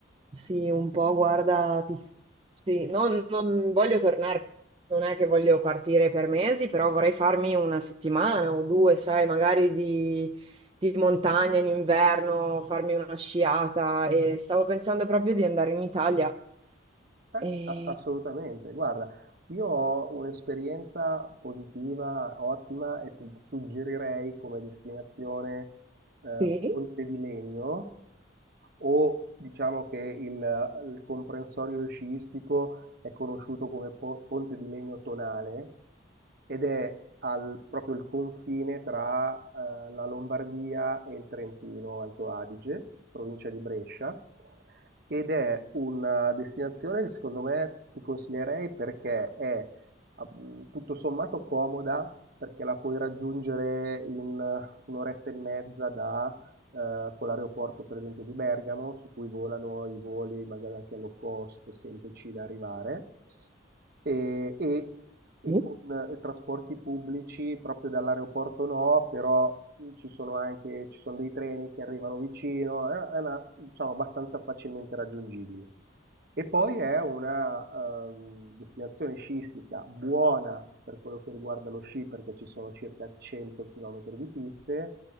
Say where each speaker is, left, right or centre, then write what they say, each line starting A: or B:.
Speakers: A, on the right (about 25°); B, on the right (about 50°).
A: Sì, un po' guarda, ti- sì, non, non voglio tornare, non è che voglio partire per mesi, però vorrei farmi una settimana o due, sai, magari di, di montagna in inverno, farmi una sciata e stavo pensando proprio di andare in Italia.
B: Eh,
A: E...
B: a- assolutamente, guarda, io ho un'esperienza positiva, ottima e ti suggerirei come destinazione, ehm,
A: Sì.
B: Ponte di Legno, o diciamo che il, il comprensorio sciistico è conosciuto come po- Ponte di Legno Tonale ed è al- proprio il confine tra eh, la Lombardia e il Trentino Alto Adige, provincia di Brescia, ed è una destinazione che secondo me ti consiglierei perché è ah, mh, tutto sommato comoda perché la puoi raggiungere in eh, un'oretta e mezza da eh, con l'aeroporto per esempio di Bergamo, su cui volano i voli magari anche low cost, semplici da arrivare, e, e- e
A: Sì.
B: con eh, trasporti pubblici proprio dall'aeroporto no, però ci sono anche, ci sono dei treni che arrivano vicino, è è una, diciamo, abbastanza facilmente raggiungibile. E poi è una ehm, destinazione sciistica buona per quello che riguarda lo sci, perché ci sono circa 100 km di piste,